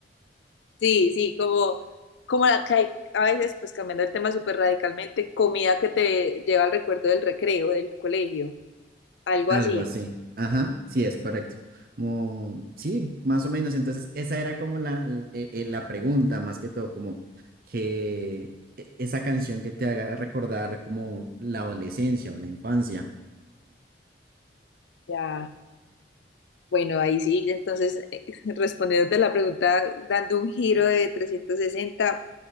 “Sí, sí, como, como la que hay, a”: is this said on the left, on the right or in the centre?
Left